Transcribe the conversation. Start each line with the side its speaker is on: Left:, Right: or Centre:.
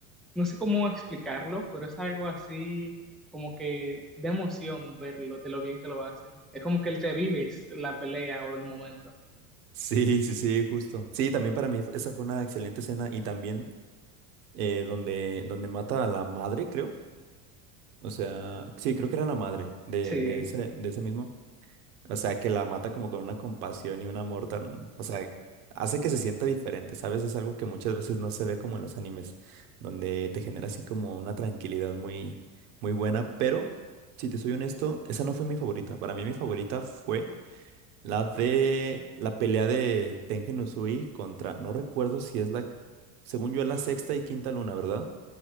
Centre: no sé cómo explicarlo, pero es algo así como que de emoción verlo, de lo bien que lo hacen. Es como que te vives la pelea o el momento.
Right: Sí, sí, sí, justo. Sí, también para mí fu- esa fue una excelente escena y también eh, donde, donde mata a la madre, creo. O sea, sí, creo que era la madre de,
Centre: Sí,
Right: de ese, de ese mismo. O sea, que la mata como con una compasión y un amor tan, o sea, hace que se sienta diferente, ¿sabes? Es algo que muchas veces no se ve como en los animes, donde te genera así como una tranquilidad muy, muy buena, pero si te soy honesto, esa no fue mi favorita. Para mí mi favorita fue la de la pelea de Tengen Uzui contra, no recuerdo si es la, según yo es la sexta y quinta luna, ¿verdad?